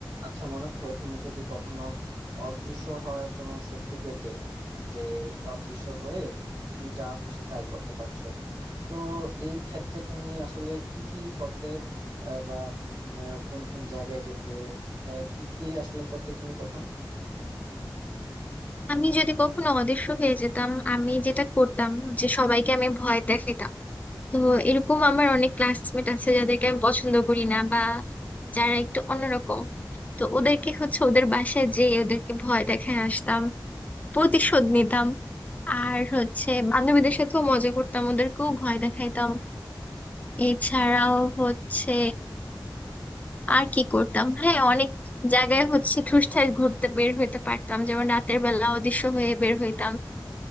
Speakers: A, on the right (about 60°); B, on the left (about 20°).
A: আচ্ছা মনে করো তুমি যদি কখনো অদৃশ্য হওয়ার কোনো শক্তি পেতে যে অদৃশ্য হয়ে তুমি যা খুশি তাই করতে পারছো তো এই ক্ষেত্রে তুমি আসলে কি কি করতে আহ, বা উম, আহ, কোন কোন জায়গায় যেতে আহ, কি কি আসলে করতে তুমি তখন
B: আমি যদি কখনো অদৃশ্য হয়ে যেতাম আমি যেটা করতাম যে সবাইকে আমি ভয় দেখাতাম তো এরকম আমার অনেক ক্লাসমেট আছে যাদেরকে আমি পছন্দ করি না বা যারা একটু অন্যরকম তো ওদেরকে হচ্ছে ওদের বাসায় যেয়ে ওদেরকে ভয় দেখায় আসতাম প্রতিশোধ নিতাম আর হচ্ছে বান্ধবীদের সাথেও মজা করতাম ওদেরকেও ভয় দেখাইতাম এছাড়াও হচ্ছে আর কি করতাম হ্যাঁ অনেক জায়গায় হচ্ছে ঠুসঠাস ঘুরতে বের হইতে পারতাম যেমন রাতের বেলা অদৃশ্য হয়ে বের হইতাম